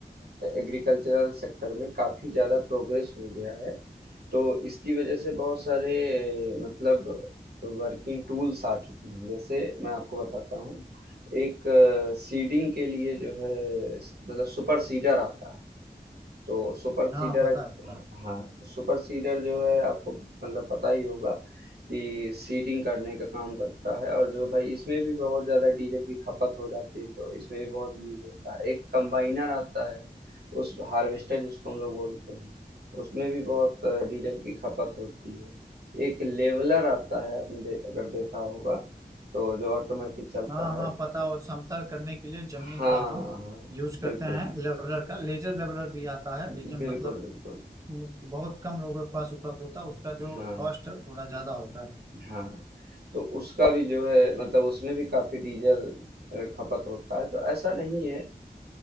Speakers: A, on the right; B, on the right.
A: एग्रीकल्चरल सेक्टर में काफ़ी ज़्यादा प्रोग्रेस हो गया है तो इसकी वजह से बहुत सारे मतलब वर्किंग टूल्स आ चुके हैं जैसे मैं आपको बताता हूँ एक सीडिंग के लिए जो है मतलब सुपर सीडर आता है तो सुपर
B: हाँ
A: सीडर
B: पता है पता है
A: हाँ तो सुपर सीडर जो है आपको मतलब पता ही होगा कि सीडिंग करने का काम करता है और जो भाई इसमें भी बहुत ज़्यादा डीजल की खपत हो जाती है तो इसमें भी बहुत यूज होता है एक कंबाइनर आता है उस हार्वेस्टर जिसको हम लोग बोलते हैं उसमें भी बहुत अ, डीजल की खपत होती है एक लेवलर आता है आपने दे, अगर देखा होगा तो जो ऑटोमेटिक चलता
B: हाँ
A: है
B: हाँ पता हो समतल करने के लिए जमीन
A: हाँ
B: का हम यूज
A: बिल्कुल
B: करते हैं लेवलर का लेजर लेवलर भी आता है लेकिन
A: बिल्कुल
B: मतलब
A: बिल्कुल
B: वो बहुत कम लोगों के पास उपलब्ध होता है उसका जो
A: हाँ
B: कॉस्ट है थोड़ा ज्यादा होता है
A: हाँ, तो उसका भी जो है मतलब उसमें भी काफी डीजल अ, खपत होता है तो ऐसा नहीं है